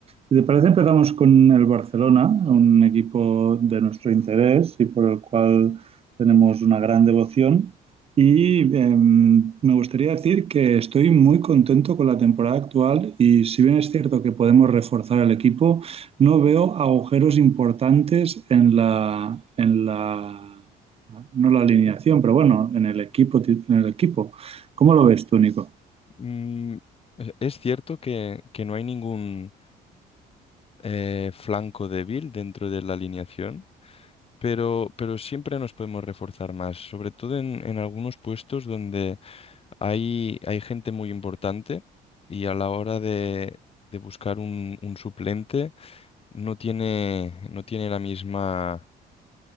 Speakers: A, on the right (about 35°); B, on the left (about 35°).
A: Si te parece, empezamos con el Barcelona, un equipo de nuestro interés y por el cual tenemos una gran devoción. Y eh, me gustaría decir que estoy muy contento con la temporada actual y si bien es cierto que podemos reforzar el equipo, no veo agujeros importantes en la, en la no la alineación, pero bueno, en el equipo, en el equipo. ¿Cómo lo ves tú, Nico?
B: Mm, es es cierto que, que no hay ningún eh, flanco débil dentro de la alineación, pero, pero siempre nos podemos reforzar más, sobre todo en, en algunos puestos donde hay, hay gente muy importante y a la hora de, de buscar un, un suplente no tiene, no tiene la misma